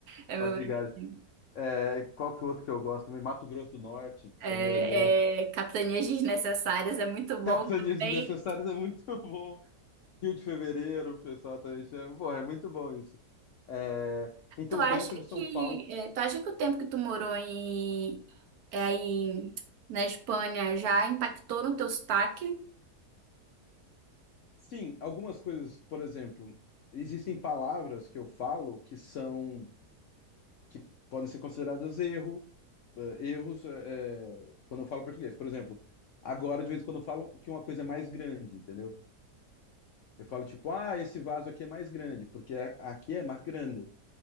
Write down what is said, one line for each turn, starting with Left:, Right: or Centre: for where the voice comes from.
Right: É meu
Left: faixa
Right: preferido.
Left: de gajos. É, qual que é o outro que eu gosto também? Mato Grosso do Norte
Right: É,
Left: também é bom.
Right: é, Capitanias Desnecessárias é muito
Left: <laughs>
Right: bom
Left: Capitanias
Right: também.
Left: Desnecessárias é muito bom. Rio de Fevereiro, o pessoal também chama. Porra, é muito bom isso. É, então,
Right: Tu acha
Left: dentro de São
Right: que,
Left: Paulo,
Right: é, tu acha que o tempo que tu morou em, é, aí na Espanha já impactou no teu sotaque?
Left: sim, algumas coisas, por exemplo, existem palavras que eu falo que são, que podem ser consideradas erro, eh, erros, eh, quando eu falo português. Por exemplo, agora, de vez em quando, eu falo que uma coisa é mais grande, entendeu? Eu falo tipo, ah, esse vaso aqui é mais grande, porque aqui é mais grande.